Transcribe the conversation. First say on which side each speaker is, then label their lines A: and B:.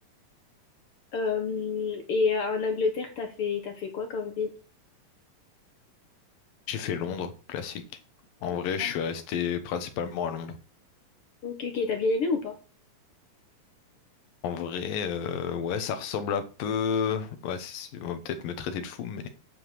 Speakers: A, on the left (about 60°); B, on the left (about 75°).
A: Euh, et euh, en Angleterre, t'as fait, t'as fait quoi comme ville?
B: J'ai fait Londres, classique. En vrai,
A: Ah,
B: je suis resté principalement à Londres.
A: Ok, ok, t'as bien aimé ou pas?
B: En vrai, euh, ouais, ça ressemble un peu. Ouais, c'est- on va peut-être me traiter de fou, mais